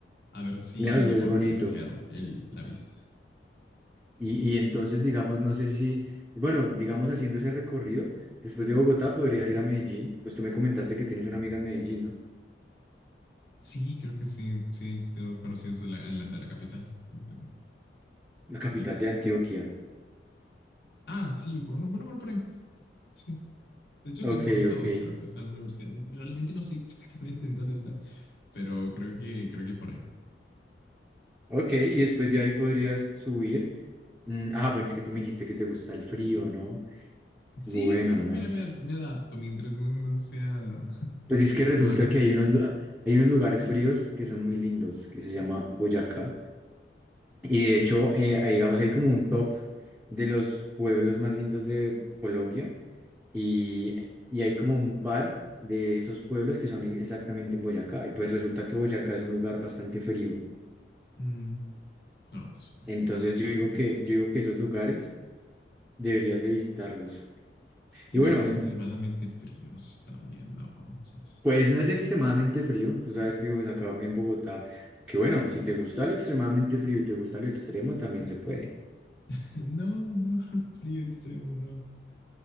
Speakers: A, on the left; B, in the centre.
A: A ver si
B: ya, pues,
A: llego
B: es
A: a
B: bonito.
A: apreciar el, la vista.
B: Y, y entonces, digamos, no sé si, bueno, digamos haciendo ese recorrido, después de Bogotá podrías ir a Medellín, pues tú me comentaste que tienes una amiga en Medellín, ¿no?
A: Sí, creo que sí, sí, tengo conocidos de la, en la- de la capital. Un
B: La capital
A: poquito.
B: de Antioquia.
A: Ah, sí, bueno, bueno, bueno, por ahí. Sí. De hecho,
B: Ok,
A: tengo, conozco a
B: ok,
A: dos, creo que están en la universidad. Realmente no sé <laughs> exactamente en dónde está, pero creo que, creo que por ahí.
B: ok, y después de ahí podrías subir. Mm, ah, bueno, es que tú me dijiste que te gusta el frío, ¿no?
A: Sí,
B: Bueno,
A: pero
B: no
A: mira,
B: es...
A: me, me adapto mientras no, no sea <laughs>
B: Pues es que resulta
A: permanente.
B: que hay unos, lu- hay unos lugares fríos que son muy lindos, que se llama Boyacá, y de hecho, eh, ahí, digamos, hay como un top de los pueblos más lindos de Colombia Y, y hay como un par de esos pueblos que son en- exactamente en Boyacá. Y pues resulta que Boyacá es un lugar bastante frío.
A: Mm, no, pues imagino
B: Entonces
A: que
B: yo digo que, yo digo que esos lugares deberías de visitarlos.
A: lugares
B: Y bueno, en-
A: extremadamente fríos también, no, ¿sabes?
B: pues no es extremadamente frío. Tú sabes que pues acá en Bogotá, que bueno, si te gusta lo extremadamente frío y te gusta lo extremo, también se puede.
A: <laughs> No, no, <laughs> frío extremo, no.